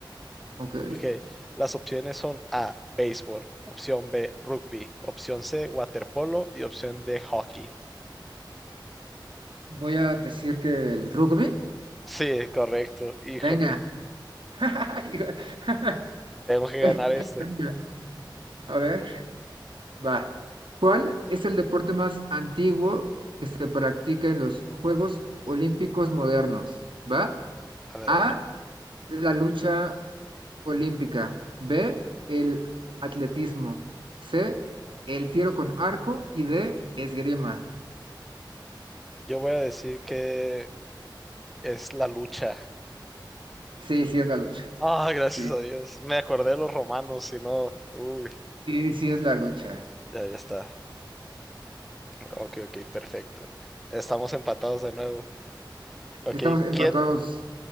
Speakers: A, on the right; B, in the centre.
A: Ok.
B: Ok, las opciones son A, béisbol, opción B, rugby, opción C, waterpolo y opción D, hockey.
A: Voy a decir que el rugby.
B: Sí, correcto. Híjole,
A: Venga. <laughs>
B: tengo que ganar este.
A: Venga, A ver, va. ¿Cuál es el deporte más antiguo que se practica en los Juegos Olímpicos modernos? ¿Va?
B: A ver,
A: A,
B: a ver.
A: la lucha olímpica. B, el atletismo. C, el tiro con arco. Y D, esgrima.
B: Yo voy a decir que es la lucha.
A: Sí, sí es la lucha.
B: Ah, gracias
A: Sí,
B: a Dios. Me acordé de los romanos, si no. Uy,
A: sí, sí es la lucha.
B: ya, ya está. Ok, ok, perfecto. Estamos empatados de nuevo. Ok,
A: Estamos empatados.
B: ¿quién?